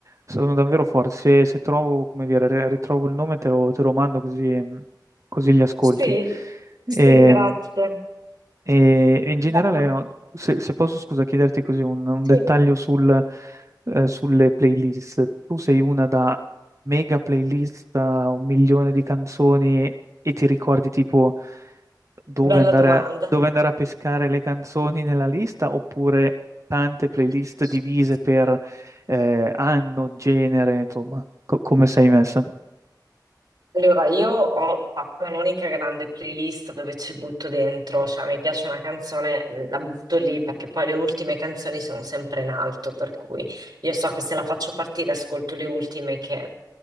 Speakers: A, on the right; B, on the right.
A: sono davvero forti. Se, se trovo, come dire, ri- ritrovo il nome, te lo, te lo mando così, così li ascolti.
B: Sì,
A: E,
B: sì, grazie.
A: e- e in generale,
B: Bello.
A: no, se, se posso, scusa, chiederti così un, un dettaglio
B: Sì,
A: sul, eh, sulle playlist. Tu sei una da mega playlist da un milione di canzoni e ti ricordi tipo dove
B: bella
A: andare
B: domanda.
A: a, dove andare a pescare le canzoni nella lista oppure tante
B: <laughs>
A: playlist divise per eh, anno, genere, insomma, co- come sei messa?
B: Allora, io ho fatto un'unica grande playlist dove ci butto dentro, cioè mi piace una canzone, mhmm, la butto lì perché poi le ultime canzoni sono sempre in alto, per cui io so che se la faccio partire ascolto le ultime che